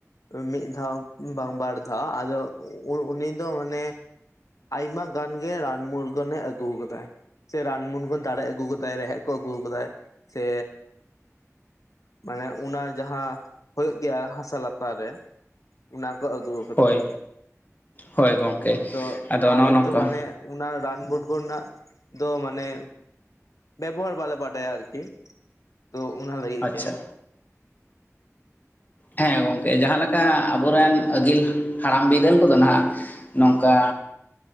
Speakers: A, on the left; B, on the left.
A: ᱢᱤᱫ ᱫᱷᱟᱣ ᱵᱟᱝ ᱵᱟᱨ ᱫᱷᱟᱣ ᱟᱫᱚ ᱩ-ᱩᱱᱤ ᱫᱚ ᱢᱟᱱᱮ ᱟᱭᱢᱟ ᱜᱟᱱ ᱜᱮ ᱨᱟᱱ ᱢᱩᱨᱜᱟᱹᱱᱮ ᱟᱹᱜᱩ ᱠᱟᱫᱟᱭ ᱥᱮ ᱨᱟᱱ ᱢᱩᱱᱜᱟᱹᱱ ᱫᱟᱲᱮ ᱟᱹᱜᱩ ᱠᱟᱫᱟᱭ ᱨᱮᱦᱮᱜ ᱠᱚ ᱟᱹᱜᱩ ᱠᱟᱫᱟᱭ ᱥᱮ ᱢᱟᱱᱮ ᱚᱱᱟ ᱡᱟᱦᱟᱸ ᱦᱚᱭᱳᱜ ᱜᱮᱭᱟ ᱦᱟᱥᱟ ᱞᱟᱛᱟᱨ ᱨᱮ ᱚᱱᱟ ᱠᱚ ᱟᱹᱜᱩ ᱠᱟᱫᱟᱭ,
B: ᱦᱳᱭ ᱦᱳᱭ ᱜᱚᱝᱠᱮ
A: ᱛᱚ
B: ᱟᱫᱚ ᱱᱚᱜᱼᱚ
A: ᱟᱞᱮ
B: ᱱᱚᱝᱠᱟ
A: ᱛᱚ ᱢᱟᱱᱮ ᱚᱱᱟ ᱨᱟᱱ ᱢᱩᱨᱜᱚᱱ ᱱᱟᱜ ᱫᱚ ᱢᱟᱱᱮ ᱵᱮᱵᱚᱦᱟᱨ ᱵᱟᱞᱮ ᱵᱟᱰᱟᱭᱟ ᱟᱨᱠᱤ ᱛᱚ ᱚᱱᱟ ᱞᱟᱹᱜᱤᱫ
B: ᱟᱪᱪᱷᱟ
A: ᱜᱮ
B: ᱦᱮᱸ ᱜᱚᱝᱠᱮ ᱡᱟᱦᱟᱸ ᱞᱮᱠᱟ ᱟᱵᱚᱨᱮᱱ ᱟᱹᱜᱤᱞ ᱦᱟᱲᱟᱢ ᱵᱤᱫᱟᱹᱞ ᱠᱚᱫᱚ ᱱᱟᱦᱟᱜ ᱱᱚᱝᱠᱟ